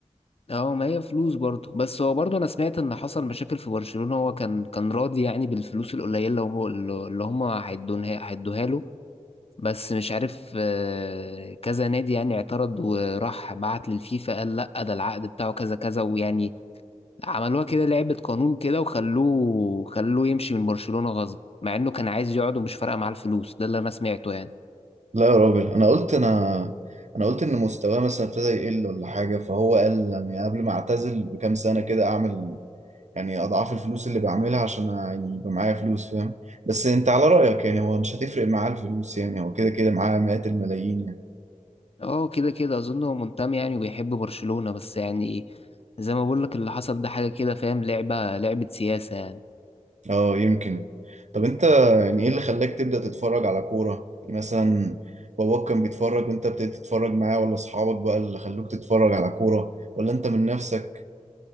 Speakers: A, on the left; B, on the right.
A: اه ما هي فلوس برضه بس هو برضه انا سمعت ان حصل مشاكل في برشلونة هو كان كان راضي يعني بالفلوس القليلة اللي هم اللي هم هيدونها هيدوها له بس مش عارف آه، كذا نادي يعني اعترض وراح بعت للفيفا قال لا ده العقد بتاعه كذا كذا ويعني عملوها كده لعبة قانون كده وخلوه خلوه يمشي من برشلونة غصب مع انه كان عايز يقعد ومش فارقة معاه الفلوس ده اللي انا سمعته يعني
B: لا يا راجل انا قلت انا انا قلت ان مستواه مثلا ابتدى يقل ولا حاجه فهو قال يعني قبل ما اعتزل بكام سنه كده اعمل يعني اضعاف الفلوس اللي بعملها عشان يعني يبقى معايا فلوس فاهم بس انت على رايك يعني هو مش هتفرق معاه الفلوس يعني هو كده كده معاه مئات الملايين يعني
A: اه كده كده اظن هو منتمي يعني وبيحب برشلونة بس يعني زي ما بقول لك اللي حصل ده حاجة كده فاهم لعبة لعبة سياسة يعني
B: اه يمكن طب انت يعني ايه اللي خلاك تبدا تتفرج على كوره يعني مثلا باباك كان بيتفرج وانت ابتديت تتفرج معاه ولا اصحابك بقى اللي خلوك تتفرج على كوره ولا انت من نفسك